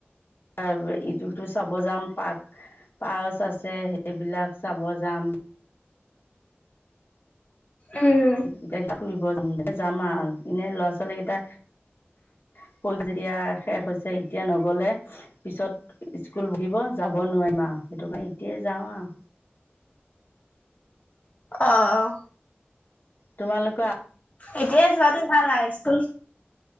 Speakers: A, on the left; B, on the left.
A: ত ইটো সিটো চাব যাম পাৰক পাৰ্চ আছে সেইবিলাক চাব যাম।
B: উম
A: এতিয়া ফুৰিব য যাম আৰু এনে ল'ৰা ছোৱালী কিতা <unintelligible> হ'ল যেতিয়া শেষ হৈছে। এতিয়া নগলে পিছত স্কুল বহিব যাব নোৱাৰিম আও। সেইটোকাৰণে এতিয়া যাওঁ আও।
B: অঁ, অঁ
A: তোমালোকো আ
B: এতিয়াই যোৱাটো ভাল আও স্কুল